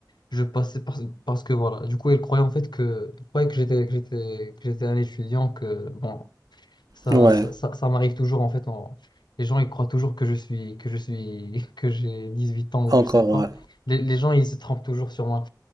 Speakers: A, on the left; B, on the right.
A: je passais par- parce que voilà. Du coup, elle croyait en fait que, elle croyait que j'étais que j'étais que j'étais un étudiant. Que bon, ça
B: ouais.
A: ça, ça, ça m'arrive toujours en fait. on- les gens ils croient toujours que je suis que je suis <laughs> que j'ai 18 ans ou
B: Encore,
A: je sais pas.
B: ouais.
A: Les, les gens ils se trompent toujours sur moi.